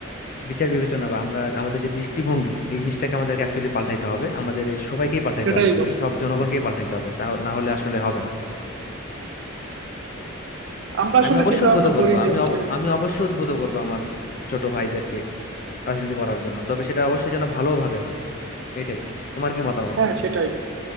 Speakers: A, on the left; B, on the right.
A: বিচার বিবেচনা বা আমরা আমাদের যে দৃষ্টিভঙ্গি এই জিনিসটাকে আমাদেরকে অ্যাকচুয়ালি পাল্টাইতে হবে আমাদের এই সবাইকেই পাল্টাইতে
B: সেটাই
A: হবে দেশের
B: বন্ধু
A: সব জনগণকেই পাল্টাইতে হবে তা না হলে আসলে হবে না
B: আমরা
A: <laughs>
B: আসলে
A: আমি অবশ্যই
B: চিন্তা
A: উদ্বুদ্ধ
B: ভাবনা
A: করব
B: করি যে
A: আমি
B: হচ্ছে
A: অব- আমি অবশ্যই উদ্বুদ্ধ করব আমার ছোট ভাইদেরকে রাজনীতি করার জন্য তবে সেটা অবশ্যই যেন ভালোভাবে হয় এটাই তোমার কি মতামত
B: হ্যাঁ সেটাই।